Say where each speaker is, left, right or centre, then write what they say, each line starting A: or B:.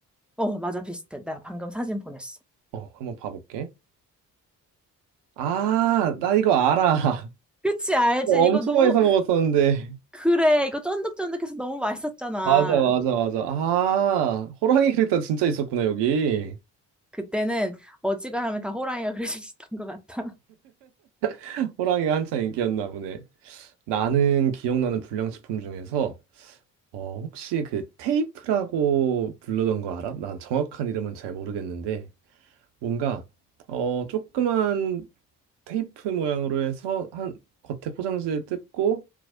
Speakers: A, in the centre; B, on the right.
A: 어, 맞아, 비슷해. 내가 방금 사진 보냈어.
B: 어, 한번 봐볼게. 아, 나 이거 알아. <laughs>
A: 그치, 알지?
B: 어,
A: 이거
B: 엄청
A: 너무,
B: 많이 사 먹었었는데.
A: 그래. 이거 쫀득쫀득해서 너무 맛있었잖아.
B: 맞아, 맞아, 맞아. 아, 호랑이 캐릭터 진짜 있었구나, 여기.
A: 그때는 어지간하면 다 호랑이가 <laughs> 그려수 있었던 것 같아.
B: <laughs> 호랑이가 한창 인기였나 보네. 나는 기억나는 불량식품 중에서 어, 혹시 그 테이프라고 부르던 거 알아? 난 정확한 이름은 잘 모르겠는데 뭔가 어 조그만 테이프 모양으로 해서 한 겉에 포장지를 뜯고